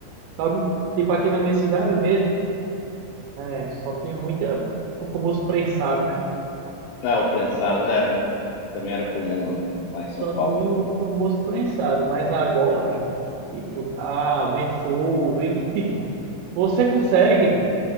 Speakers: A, on the right; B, on the left.
A: Sabe? Tipo, aqui na minha cidade mesmo, é, só tinha muita. O famoso prensado, né?
B: É, o prensado, é, também era comum lá lá em São
A: só
B: Paulo.
A: tinha o famoso prensado, mas agora, tipo, ah, vem flor, vem, tipo, você consegue